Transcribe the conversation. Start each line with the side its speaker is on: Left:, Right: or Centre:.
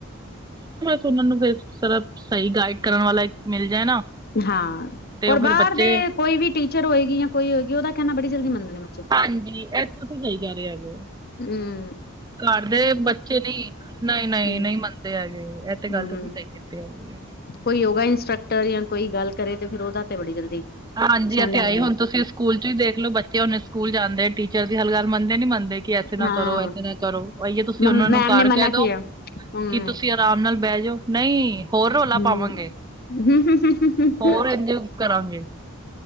Right: ਸੁਨਨ ਨੂੰ ਫੇਰ <unintelligible> ਸਈ ਗਾਈਡ ਕਰਨ ਵਾਲਾ ਮਿਲ ਜਾਏ ਨਾ
Left: ਹਾਂ,
Right: ਤੇ
Left: ਓਰ
Right: ਉਹ ਫਿਰ
Left: ਬਾਰ
Right: ਬੱਚੇ
Left: ਦੇ ਕੋਈ ਵੀ ਟੀਚਰ ਹੋਏਗੀ ਯਾ ਕੋਈ ਹੋਏਗੀ ਓਦਾ ਕੈਨਾ ਬੜੀ ਜਲਦੀ ਮੰਨਦੇ ਨੇ ਬੱਚੇ
Right: ਹਾਂਜੀ, ਐ ਤੁਸੀ ਸਈ ਕੇਰੇ ਹੈਗੇ ਓ।
Left: ਹੂੰ।
Right: ਘਾੱਰ ਦੇ ਬੱਚੇ ਨੀ ਨਈ, ਨਈ,
Left: ਹਮ
Right: ਨਈ ਮੰਨਦੇ ਹੈਗੇ ਐ ਤੇ ਗਾੱਲ
Left: ਹਮ
Right: ਤੁਸੀ ਸਈ ਕੀਤੀ ਹੈਗੀ ਏ।
Left: ਕੋਈ ਹੋਗਾ ਇੰਸਟਰਕਟਰ ਯਾਂ, ਕੋਈ ਗਾੱਲ ਕਰੇ ਤੇ ਫੇਰ ਓਦਾ ਤੇ ਬੜੀ ਜਲਦੀ
Right: ਹਾਂਜੀ,
Left: ਸੁਣ
Right: ਐ
Left: ਲੈਂਦੇ
Right: ਹੈਈ
Left: ਨੇ
Right: ਹੁਨ ਤੁਸੀ ਸਕੂਲ ਚ ਵੀ ਦੇਖਲੋ ਬੱਚੇ ਹੁਨ ਸਕੂਲ ਜਾਂਦੇ ਟੀਚਰਸ ਦੀ ਹਰ ਗਾੱਲ ਮੰਨਦੇ ਨੀ ਮੰਨਦੇ ਕਿ ਐਸੇ ਨਾ
Left: ਹਾਂ
Right: ਕਰੋ, ਐਸੇ ਨਾ ਕਰੋ ਐਈਓ ਤੁਸੀ
Left: ਮਮ
Right: ਓਨਾਂ
Left: ਮੈਮ
Right: ਨੂੰ ਕਾਰ
Left: ਨੇ ਮਨਾ
Right: ਕੈ
Left: ਕੀਆ
Right: ਦੋ
Left: ਹਮ
Right: ਕੀ ਤੁਸੀ ਆਰਾਮ ਨਾਲ ਬੈਜੋ, ਨਈ ਹੋਰ ਰੋਲਾ
Left: ਹਮ
Right: ਪਾਵਾਂਗੇ।
Left: <unintelligible>
Right: ਹੋਰ ਇੰਝ ਕਰਾਂਗੇ